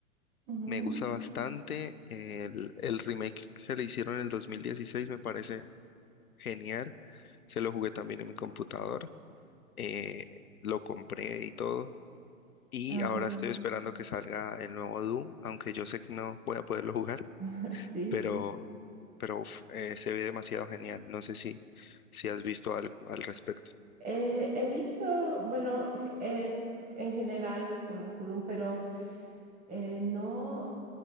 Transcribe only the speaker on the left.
Me gusta bastante. El, el remake que le hicieron en el 2016 me parece genial. Se lo jugué también en mi computador. eh, lo compré y todo. Y
ahora
estoy esperando que salga el nuevo Doom, aunque yo sé que no voy a poderlo jugar.
pero, pero uf, eh, se ve demasiado genial. No sé si, si has visto algo al respecto.